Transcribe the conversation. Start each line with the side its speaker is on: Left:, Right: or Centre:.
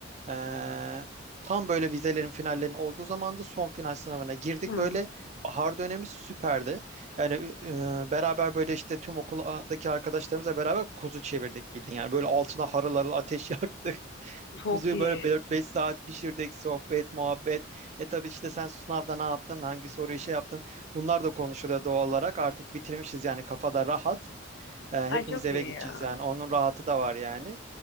Right: E, tam böyle vizelerin finallerinin olduğu zamanda son final sınavına girdik
Left: hı,
Right: böyle. Bahar dönemi süperdi. Yani e, beraber böyle işte tüm okuldaki arkadaşlarımızla beraber kuzu çevirdik bildiğin. Yani böyle altına harıl harıl ateş <laughs> yaktık.
Left: çok
Right: Kuzuyu
Left: iyi.
Right: böyle 4-5 saat pişirdik, sohbet, muhabbet. E tabii işte sen sınavda ne yaptın, hangi soruyu şey yaptın. Bunlar da konuşuluyor doğal olarak. Artık bitirmişiz yani kafada rahat. E,
Left: Ay
Right: hepimiz
Left: çok
Right: eve
Left: iyi
Right: gideceğiz
Left: ya.
Right: yani. Onun rahatı da var yani.